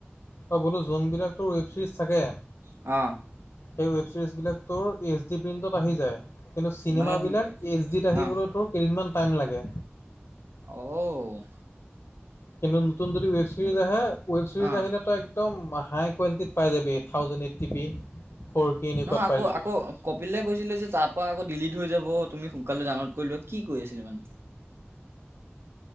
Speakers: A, on the left (about 60°); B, on the right (about 70°).
A: অ বোলো জোন বিলাক ৱেব ছিৰিজ থাকে।
B: অ
A: সেই ৱেব ছিৰিজটোৰ বিলাক এইচ ডি প্ৰিণ্টত আহি যায়। কিন্তু চিনেমা
B: মানে দু
A: বিলাক এইচ ডিত আহিবলৈতো
B: অ
A: কেইদিনমান টাইম লাগে।
B: অহ ও।
A: কিন্তু নতুন যদি ৱেব ছিৰিজ আহে ৱেব ছিৰিজ
B: অ
A: আহিলে তো একদম হাই কোৱালিটিত পাই যাবি। Thousand eight T P four G এনেকুৱাত
B: নহয় আকৌ
A: পাই যাবি।
B: আকৌ কপিল দাই কৈছিলে যে তাৰ পৰা আকৌ ডিলিট হৈ যাব তুমি সোনকালে ডাউনলোড কৰি লোৱা কি কৰি আছিলে মানে।